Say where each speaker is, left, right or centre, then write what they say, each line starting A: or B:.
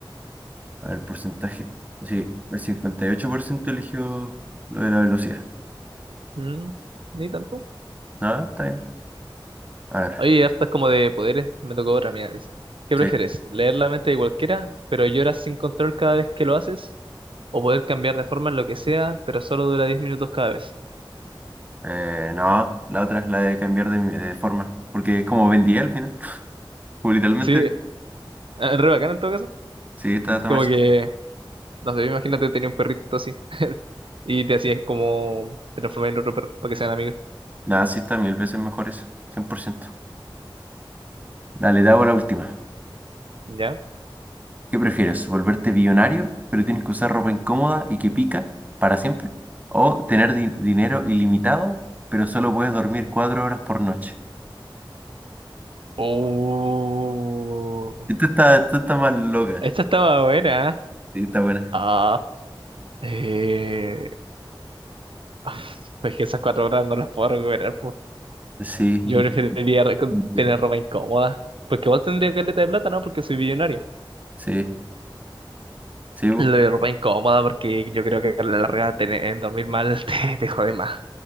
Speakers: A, on the right; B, on the right.
A: a ver, porcentaje. Sí, el 58% eligió lo de la velocidad.
B: Mm, ni tanto.
A: No, está bien. A ver,
B: Oye, hartas como de poderes, me tocó otra, mira, dice. ¿Qué prefieres?
A: sí.
B: ¿Leer la mente de cualquiera, pero lloras sin control cada vez que lo haces? ¿O poder cambiar de forma en lo que sea, pero solo dura diez minutos cada vez?
A: Eh, no, la otra es la de cambiar de, de forma. Porque es como vendía al final. <laughs> Como literalmente.
B: Sí, eh, re bacán en todo caso.
A: Sí, está, está
B: Como
A: más
B: que,
A: chetado.
B: no sé, imagínate tenía un perrito así y te hacías como transformar en otro perro para que sean amigos.
A: Nada, sí está mil veces mejor eso. cien por ciento Dale, te hago la última.
B: ¿Ya?
A: ¿Qué prefieres? ¿Volverte billonario, pero tienes que usar ropa incómoda y que pica para siempre? ¿O tener di- dinero ilimitado, pero solo puedes dormir cuatro horas por noche?
B: Oh,
A: Esto está, esto está más loca.
B: esta
A: eh.
B: estaba buena. ¿eh?
A: Sí, está buena.
B: Ah, eh, <laughs> <sighs> es que esas cuatro horas no las puedo recuperar,
A: Sí,
B: Yo
A: y-
B: preferiría re-
A: y-
B: tener ropa incómoda. Porque igual tendría caleta de plata, ¿no? Porque soy billonario.
A: sí, sí, bu.
B: Lo de ropa incómoda, porque yo creo que a la larga tener, dormir mal <laughs> te, te jode más.